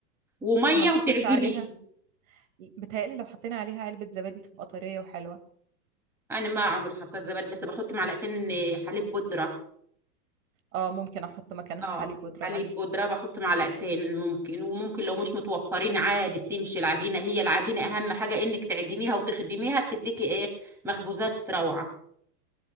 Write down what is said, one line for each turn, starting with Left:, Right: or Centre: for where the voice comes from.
Centre: وميه
Right: ما نحطش
Centre: وتعجنيه
Right: عليها بتهيألي لو حطينا عليها علبة زبادي تبقى طرية وحلوة
Centre: انا ما عمري حطيت زبادي بس بحط معلقتين حليب بودره
Right: اه ممكن احط مكانها
Centre: اه
Right: حليب بودرة
Centre: حليب
Right: مثلا
Centre: بودره بحط معلقتين ممكن وممكن لو مش متوفرين عادي بتمشي العجينه هي العجينه اهم حاجه انك تعجنيها وتخدميها بتديكي ايه مخبوزات روعه